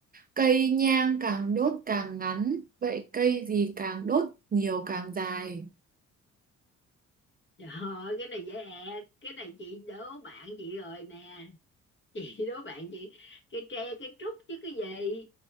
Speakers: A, on the right (about 30°); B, on the left (about 40°).
A: cây nhang càng đốt càng ngắn vậy cây gì càng đốt nhiều càng dài
B: trời ơi cái này dễ ẹc cái này chị đố bạn chị rồi nè chị đố bạn chị cây tre cây trúc chứ cái gì